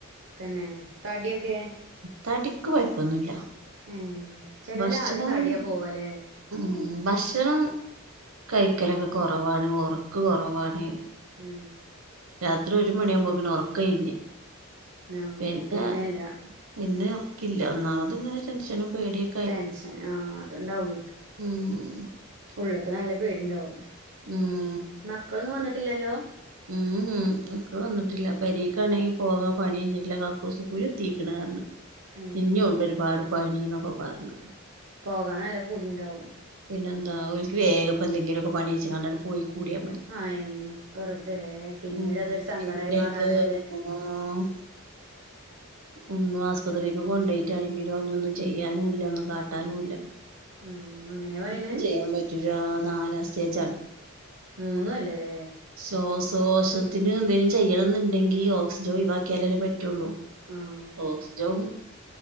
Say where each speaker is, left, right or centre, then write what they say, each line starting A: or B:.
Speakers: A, on the right; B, on the right.
A: തന്നെ തടിയൊക്കെ.
B: തടിക്ക് കൊയപ്പൊന്നുമില്ല.
A: ഏ ചെലോല്
B: ഭക്ഷ്ണം.
A: ആദ്യം തടിയാ പോവല്ലേ
B: ഉം ഭക്ഷണം കഴിക്കലൊക്കെ കൊറവാണ് ഉറക്ക് കൊറവാണ്
A: ഉം
B: രാത്രി ഒരു മണിയാകുമ്പോ ഇങ്ങനെ ഉറക്കം ഒഴിഞ്ഞ്.
A: ആഹ്
B: പിന്നെ
A: പിന്നെല്ല
B: ഇന്ന് ല്ല ഒന്നാമത് ഇങ്ങനെ ടെൻഷനും പേടിയും.
A: ടെൻഷൻ ആഹ് അതുണ്ടാവൂം
B: ഉം
A: ഉള്ളൊക്കെ നല്ല പേടിണ്ടാവും.
B: ഉം
A: മക്കളൊന്നും വന്നിട്ടില്ലല്ലോ?
B: ഉം ഉം മക്കളൊന്നും വന്നിട്ടില്ല പെരീക്കാണെങ്കിൽ പോകാ പണി കഴിഞ്ഞിട്ടില്ല. കക്കൂസ്കുഴി കുത്തീക്ക്ണ് പറഞ്.
A: ഏഹ്
B: ഇഞ്ഞും ഒണ്ട് ഒരുപാട് പണി എന്നൊക്കെ പറഞ്ഞു.
A: പോകാൻ നല്ല പൂതിയു ണ്ടാവും.
B: പിന്നെ എന്താ ഓൾക്ക് വേഗം. ഇ എന്തെങ്കിലുമൊക്കെ പണിച്ചെച്ച് കണ്ടാണ് പോയി കൂടിയ.
A: ആഹ എന്നന്നെ വെറുതല്ലേ പിന്നീട്
B: ഉം
A: അതൊരു
B: ഉം
A: സങ്കടമായിമാറാന്
B: ഇതിന്റെട്ക്ക്
A: അത്.
B: ആഹ് ഒന്നും ആസ്പപത്രിക്ക് കൊണ്ട് പോയിട്ടാണെങ്കിലും ഒന്നും ചെയ്യാനുംല്ല. ഒന്നും കാട്ടാനുംല്ല.
A: ആഹ് അങ്ങനെ പറയണ്
B: അപ്പം ചെയ്യാൻ പറ്റൂല്ല നാലാം സ്റ്റേജ് ആണ്.
A: മുന്നും അല്ലല്ലേ
B: ശ്വാസകോശത്തിന് എന്തേങ്കിലും ചെയ്യണം എന്നുണ്ടെങ്കിൽ ഓക്സിജൻ ഒഴിവാക്കിയാലേ പറ്റുള്ളൂ.
A: ആഹ്
B: ഓക്സിജം